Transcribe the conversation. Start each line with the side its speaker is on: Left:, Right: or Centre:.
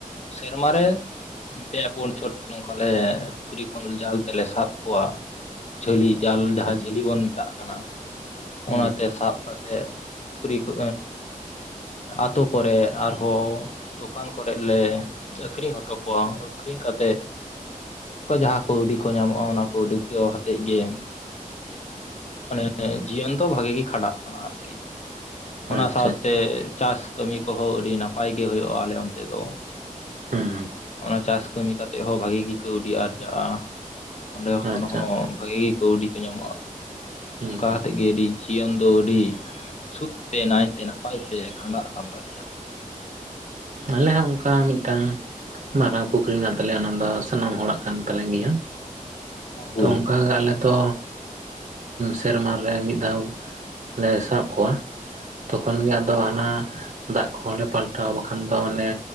Left: ᱥᱮᱨᱢᱟ ᱨᱮ ᱯᱮ ᱯᱩᱱ ᱪᱷᱚᱴ ᱱᱚᱝᱠᱟ ᱞᱮ ᱯᱩᱠᱷᱨᱤ ᱠᱷᱚᱱ ᱡᱟᱞ ᱛᱮᱞᱮ ᱥᱟᱵ ᱠᱚᱣᱟ ᱡᱷᱟᱹᱞᱤ ᱡᱟᱞ
Right: ᱟᱪᱪᱷᱟ
Left: ᱡᱟᱦᱟᱸ
Right: ᱟᱪᱪᱷᱟ
Left: ᱡᱷᱟᱹᱞᱤ ᱵᱚᱱ ᱢᱮᱛᱟᱜ ᱠᱟᱱᱟ
Right: ᱦᱩᱸ
Left: ᱚᱱᱟᱛᱮ ᱥᱟᱵ ᱠᱟᱛᱮᱜ ᱯᱩᱠᱷᱨᱤ ᱠᱚ ᱟᱹᱛᱳ ᱠᱚᱨᱮ ᱟᱨᱦᱚᱸ ᱫᱚᱠᱟᱱ ᱠᱚᱨᱮᱫ ᱞᱮ ᱟᱹᱠᱷᱨᱤᱧ ᱦᱚᱴᱚ ᱠᱚᱣᱟ ᱟᱹᱠᱷᱨᱤᱧ ᱠᱟᱛᱮᱫ ᱚᱱᱠᱟ ᱡᱟᱦᱟᱸ ᱠᱟᱹᱣᱰᱤ ᱠᱚ ᱧᱟᱢᱚᱜᱼᱟ ᱚᱱᱟ ᱠᱟᱹᱣᱰᱤ ᱠᱚ ᱦᱟᱛᱮᱫ ᱜᱮ ᱢᱟᱱᱮ ᱡᱤᱭᱚᱱ ᱫᱚ ᱵᱷᱟᱜᱤ ᱜᱮ ᱠᱷᱟᱸᱰᱟᱜ ᱠᱟᱱᱟ ᱟᱨᱠᱤ
Right: ᱟᱪᱪᱷᱟ
Left: ᱚᱱᱟ ᱥᱟᱶᱛᱮ
Right: ᱟᱪᱪᱷᱟ
Left: ᱪᱟᱥ ᱠᱟᱹᱢᱤ ᱠᱚᱦᱚᱸ ᱟᱹᱰᱤ ᱱᱟᱯᱟᱭ ᱜᱮ ᱦᱳᱭᱳᱜᱼᱟ ᱟᱞᱮ ᱚᱱᱛᱮ ᱫᱚ
Right: ᱦᱩᱸ
Left: ᱚᱱᱟ ᱪᱟᱥ ᱠᱟᱹᱢᱤ ᱠᱟᱛᱮ ᱦᱚᱸ ᱵᱷᱟᱜᱤ ᱜᱮ ᱠᱟᱹᱣᱰᱤ ᱟᱨᱡᱟᱜᱼᱟ ᱚᱸᱰᱮ
Right: ᱟᱪᱪᱷᱟ
Left: ᱠᱷᱚᱱ ᱦᱚᱸ ᱵᱷᱟᱜᱤ ᱜᱮ ᱠᱟᱹᱣᱰᱤ ᱠᱚ ᱧᱟᱢᱚᱜᱼᱟ
Right: ᱦᱩᱸ
Left: ᱚᱱᱠᱟ ᱠᱟᱛᱮᱫ ᱜᱮ ᱟᱹᱰᱤ ᱡᱤᱭᱚᱱ ᱫᱚ ᱟᱹᱰᱤ ᱥᱩᱠᱛᱮ ᱱᱟᱭᱛᱮ ᱱᱟᱯᱟᱭ ᱛᱮ ᱠᱷᱟᱸᱰᱟᱜ ᱠᱟᱱ ᱛᱟᱞᱮᱭᱟ
Right: ᱟᱞᱮ ᱦᱚᱸ ᱚᱱᱠᱟ ᱢᱤᱫ ᱢᱤᱫᱴᱟᱝ ᱢᱟᱨᱟᱝ ᱯᱩᱠᱷᱨᱤ ᱢᱮᱱᱟᱜ ᱛᱟᱞᱮᱭᱟ ᱚᱱᱟ ᱫᱚ ᱥᱟᱱᱟᱢ ᱦᱚᱲᱟᱜ ᱠᱟᱱ ᱛᱟᱞᱮ ᱜᱮᱭᱟ
Left: ᱦᱳᱭ
Right: ᱛᱚ ᱚᱱᱠᱟ ᱜᱮ ᱟᱞᱮ ᱫᱚ ᱥᱮᱨᱢᱟ ᱨᱮ ᱢᱤᱫ ᱫᱷᱟᱣ ᱞᱮ ᱥᱟᱵ ᱠᱚᱣᱟ ᱛᱚᱠᱷᱚᱱ ᱜᱮ ᱟᱫᱚ ᱦᱟᱱᱟ ᱫᱟᱜ ᱠᱚᱦᱚᱸ ᱞᱮ ᱯᱟᱞᱴᱟᱣ ᱟ ᱠᱷᱟᱱ ᱫᱚ ᱦᱟᱱᱮ